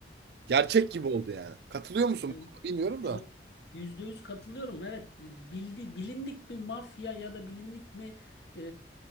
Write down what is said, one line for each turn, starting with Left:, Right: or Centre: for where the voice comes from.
Right: Gerçek
Left: A-
Right: gibi oldu yani. Katılıyor musun?
Left: Aynen
Right: Bilmiyorum
Left: Çok
Right: da.
Left: yüzde yüz katılıyorum. Evet, bildi, bilindik bir mafya ya da bilindik mi e,